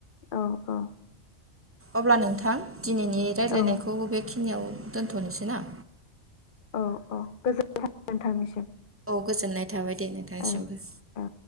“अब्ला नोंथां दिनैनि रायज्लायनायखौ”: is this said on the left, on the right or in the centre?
Right